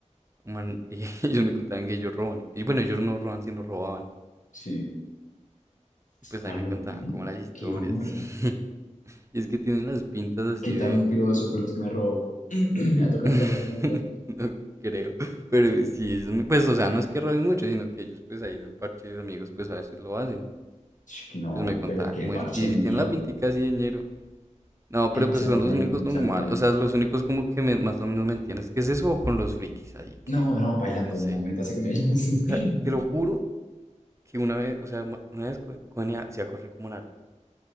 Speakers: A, on the right; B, on the left.
A: Un man, <laughs> y ellos me contaban que ellos roban. Y bueno, ellos no roban, sino robaban.
B: sí.
A: Y pues
B: ¿A
A: ahí
B: lo
A: me contaban
B: bien?
A: como las historias.
B: Qué gonorrea.
A: <laughs> Y es que tienen las pintas así
B: ¿Qué tal
A: de.
B: un piro de esos fue los que me robó? <clears throat> Me va a tocar
A: <laughs>
B: pasar por allá.
A: No creo. Pero sí, ellos, me- pues, o sea, no es que roben mucho, sino que ellos, pues ahí en el parche de amigos, pues a veces lo hacen.
B: Sh, No,
A: Y pues me contaba
B: pero qué
A: cómo
B: parche
A: es. Y
B: de mierda.
A: tienen la pintica así de ñero. No,
B: En
A: pero
B: mi
A: pues
B: salón
A: son los
B: hay
A: únicos
B: uno, en mi
A: normales,
B: salón hay
A: o
B: uno.
A: sea, los únicos como que me- más o menos me entiendes. ¿Qué es eso con los frikis ahí? Que,
B: No, no, bailando,
A: no sé.
B: no, métase con ellos. <laughs>
A: O sea, te lo juro que una vez, o sea, ma- una vez Co- Connie hacía correr como Naruto.